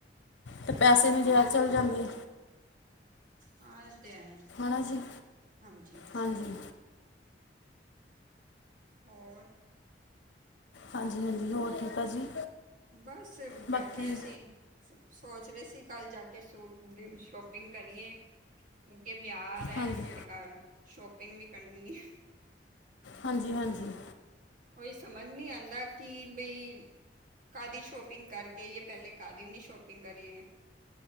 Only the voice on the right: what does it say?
ਹਮ
ਹਾਂ, ਅਹ ਤੇ ਹੈ
ਹਾਂਜੀ।
ਹੋਰ।
ਬਸ
ਬੈਠੇ ਹੋਏ ਸੀ। ਸੋਚ ਰੇ ਸੀ ਕੱਲ੍ਹ ਜਾ ਕੇ ਸੂਟ ਦੀ ਸ਼ੋਪਿੰਗ ਕਰੀਏ। ਕਿਉਕਿ ਵਿਆਹ ਆ ਰਿਹਾ
ਸਾਡੇ ਘਰ ਸ਼ੋਪਿੰਗ ਵੀ ਕਰਨੀ ਏ।
ਕੋਈ ਸਮਝ ਨਹੀਂ ਆਂਦਾ ਕਿ ਬਈ। ਕਾਦੀ ਸ਼ੋਪਿੰਗ ਕਰਕੇ ਆਈਏ, ਪਹਿਲੇ ਕਾਦੀ ਨੀ ਸ਼ੋਪਿੰਗ ਕਰੀਏ।